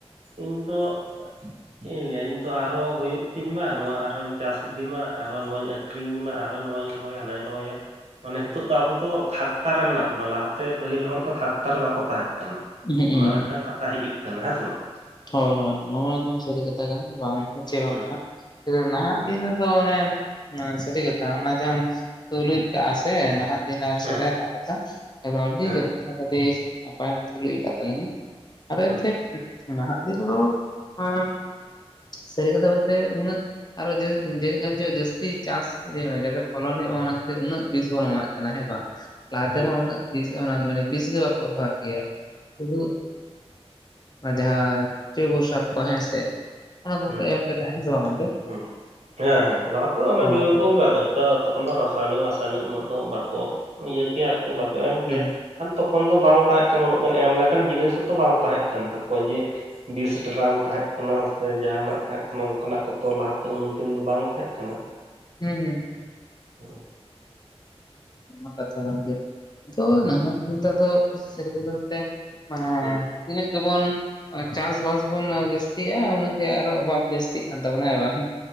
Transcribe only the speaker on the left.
ᱦᱩᱸ ᱦᱩᱸ
ᱦᱩᱸ
ᱦᱳᱭ ᱦᱳᱭ ᱱᱚᱣᱟ ᱢᱟ ᱮᱠᱫᱚᱢ ᱥᱟᱹᱨᱤ ᱠᱟᱛᱷᱟ ᱠᱟᱱᱟ ᱵᱟᱝ ᱪᱮᱫ ᱵᱟᱝ
ᱠᱟᱱᱟ ᱛᱚᱵᱮ ᱱᱟᱦᱟᱜ
ᱫᱤᱱ ᱨᱮᱫᱚ ᱚᱱᱮ ᱥᱟᱨᱤ ᱠᱟᱛᱷᱟ ᱚᱱᱟ ᱡᱟᱦᱟᱢ- ᱛᱩᱩᱞᱩᱡ ᱠᱟᱜᱼᱟ ᱥᱮ ᱱᱟᱦᱟᱜ ᱫᱤᱱ ᱟᱨ
ᱥᱮᱫᱟᱭ ᱨᱮᱱᱟᱜ ᱠᱟᱛᱷᱟ ᱟᱹᱰᱤ
ᱡᱚᱛᱷᱟ ᱟᱰᱤ ᱱᱟᱯᱟᱭᱮᱢ ᱛᱩᱞᱩᱡ ᱟᱠᱟᱫ ᱛᱟᱞᱟᱝᱼᱟ ᱟᱫᱚ
ᱮᱱᱛᱮᱫ ᱱᱟᱦᱟᱜ ᱫᱤᱱ ᱨᱮᱫᱚ <inaudible> ᱥᱟᱹᱨᱤ ᱠᱟᱛᱷᱟ ᱵᱚᱞᱛᱮ ᱩᱱᱟᱹᱜ ᱟᱨᱚ ᱡᱟ. ᱡᱟᱹᱱᱤᱡ ᱠᱷᱟᱱᱪᱚ ᱡᱟᱹᱥᱛᱤ ᱪᱟᱥ ᱡᱟᱛᱮ ᱯᱷᱚᱞᱚᱱ ᱦᱩᱭᱩᱜ ᱚᱱᱟ ᱠᱷᱟᱹᱛᱤᱨ ᱩᱱᱟᱹᱜ ᱵᱤᱥ ᱵᱚᱱ ᱮᱢᱟᱜ ᱠᱟᱱᱟ ᱦᱮᱸ ᱵᱟᱝ ᱞᱟᱦᱟᱛᱮᱢᱟ
ᱩᱱᱟᱹᱜ ᱵᱤᱥ ᱚᱱᱟ ᱢᱟᱱᱮ ᱵᱤᱥ ᱜᱮ ᱵᱟᱠᱚ ᱵᱮᱵᱚᱦᱟᱨ ᱜᱮᱭᱟ ᱥᱩᱫᱩ- ᱟᱱᱟ ᱡᱟᱦᱟᱸ ᱪᱟ. ᱛ ᱵᱚᱭᱥᱟᱠᱷ ᱠᱚ ᱦᱮᱸ ᱥᱮ ᱚᱱᱟ ᱠᱚᱠᱚ
ᱮᱢ ᱠᱮᱫᱟ ᱦᱮᱸ ᱥᱮ ᱵᱟᱝ ᱜᱚᱝᱠᱮ
ᱦᱳᱭ
ᱦᱳᱭ
ᱦᱩᱸ
ᱦᱩᱸ ᱦᱩᱸ
ᱚᱱᱟ ᱠᱟᱛᱷᱟ ᱠᱟᱱ ᱜᱮ ᱟᱫᱚ ᱱᱟᱦᱟᱜ ᱱᱮᱛᱟᱨ ᱫᱚ ᱥᱮᱨᱚᱠᱚᱢ ᱵᱚᱞᱛᱮ ᱢᱟᱱᱮ
ᱛᱤᱱᱟᱹᱜ ᱜᱮᱵᱚᱱ ᱪᱟᱥᱵᱟᱥ ᱵᱚᱱ ᱡᱟᱹᱥᱛᱤᱜᱼᱟ ᱩᱱᱟᱹᱜ ᱟᱨᱚ ᱚᱵᱷᱟᱵ ᱡᱟᱹᱥᱛᱤᱜ ᱠᱟᱱ ᱛᱟᱵᱚᱱᱟ ᱦᱮᱵᱟᱝ